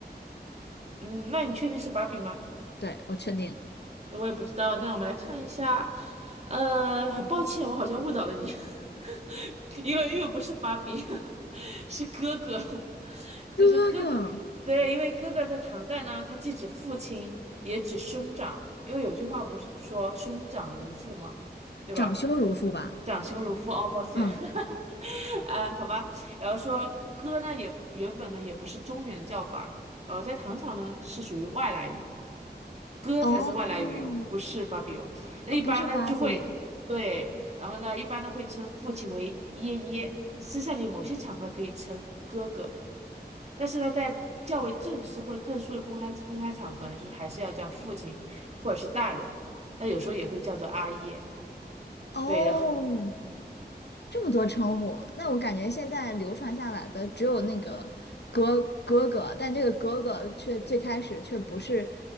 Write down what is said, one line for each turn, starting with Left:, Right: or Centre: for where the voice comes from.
Right: 嗯，那你确定是芭比吗？
Left: 对，我确定。
Right: 我也不知道。那我们来看一下，呃，很抱歉，我好像误导了你，<laughs> 因为因为不是芭比，<laughs> 是哥哥，<laughs>
Left: 哥哥。
Right: 就是哥哥。对，因为哥哥在唐代呢，他既指父亲，也指兄长，因为有句话不是说兄长如父嘛，对吧？
Left: 长兄如父吧？
Right: 长兄如父，哦，抱歉。
Left: 嗯，
Right: <laughs> 哎，好吧，然后说哥呢，也原本呢也不是中原的叫法，呃，在唐朝呢是属于外来语，哥才是外来语哦，
Left: 哦，
Right: 不是芭比哦。那一般呢就会对，
Left: 呃，不是芭比，
Right: 然后呢一般呢会称父亲为爷爷，私下里某些场合可以称哥哥，但是呢在较为正式或者特殊的公开公开场合呢，就是还是要叫父亲或者是大人，那有时候也会叫做阿爷。
Left: 哦，
Right: 对，的。嗯
Left: 这么多称呼，那我感觉现在流传下来的只有那个哥哥哥，但这个哥哥却最开始却不是